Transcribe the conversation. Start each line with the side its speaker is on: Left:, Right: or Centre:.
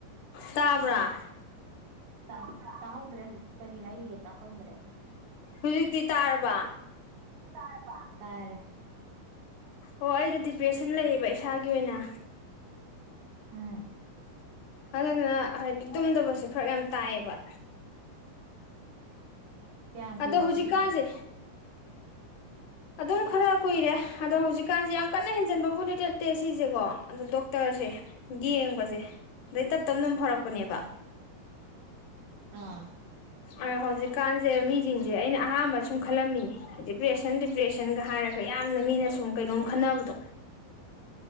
Left: ꯇꯥꯕ꯭ꯔꯥ
Right: ꯇꯥ ꯇꯥꯍꯧꯗ꯭ꯔꯦ ꯍꯧꯖꯤꯛ ꯀꯔꯤ ꯍꯥꯏꯈꯤꯒꯦ ꯇꯥꯍꯧꯈ꯭ꯔꯦ
Left: ꯍꯨꯖꯤꯛꯇꯤ ꯇꯥꯔꯕ
Right: ꯇꯥꯔꯕꯥ ꯇꯥꯔꯦ
Left: ꯍꯣ ꯑꯩꯗꯣ ꯗꯤꯄ꯭ꯔꯦꯁꯟ ꯂꯩꯑꯕ ꯏꯁꯥꯒꯤ ꯑꯣꯏꯅ
Right: ꯎꯝ
Left: ꯑꯗꯨꯅ ꯍꯥꯏꯗꯤ ꯇꯨꯝꯗꯕꯁꯦ ꯐꯔꯛ ꯌꯥꯝ ꯇꯥꯏꯌꯦꯕ
Right: ꯀꯌꯥꯝ ꯀꯨꯏꯔꯒꯦ
Left: ꯑꯗꯣ ꯍꯧꯖꯤꯛꯀꯥꯟꯁꯦ
Right: ꯂꯩꯕ
Left: ꯑꯗꯨꯝ ꯈꯔ ꯀꯨꯏꯔꯦ ꯑꯗꯣ ꯍꯧꯖꯤꯛꯀꯥꯟꯖꯤ ꯌꯥꯝ ꯀꯟꯅ ꯍꯦꯟꯖꯟꯕꯕꯨꯗꯤ ꯅꯠꯇꯦ ꯁꯤꯖꯦꯀꯣ ꯑꯗꯣ ꯗꯣꯛꯇꯔꯁꯦ ꯌꯦꯡꯕꯁꯦ ꯑꯗꯩ ꯇꯞ ꯇꯞꯅ ꯗꯨꯝ ꯐꯔꯛꯄꯅꯦꯕ
Right: ꯑꯥ
Left: ꯑ ꯍꯧꯖꯤꯛꯀꯥꯟꯖꯦ ꯃꯤꯖꯤꯡꯖꯦ ꯑꯩꯅ ꯑꯍꯥꯟꯕ ꯁꯨꯝ ꯈꯜꯂꯝꯃꯤꯅꯤ ꯗꯤꯄ꯭ꯔꯦꯁꯟ ꯗꯤꯄ꯭ꯔꯦꯁꯟꯒ ꯍꯥꯏꯔꯒ ꯌꯥꯝꯅ ꯃꯤꯅ ꯁꯨꯝ ꯀꯩꯅꯣꯝ ꯈꯟꯅꯕꯗꯣ